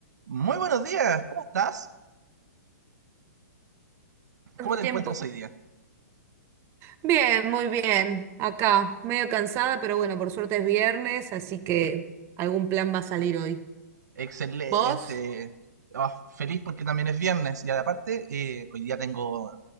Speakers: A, on the right (about 80°); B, on the right (about 30°).
A: Muy buenos días, ¿cómo estás?
B: tanto
A: ¿Cómo te
B: tiempo.
A: encuentras hoy día?
B: Bien, muy bien. Acá, medio cansada, pero bueno, por suerte es viernes, así que algún plan va a salir hoy.
A: Excelente.
B: ¿Vos?
A: Oh, feliz porque también es viernes y aparte eh, hoy día tengo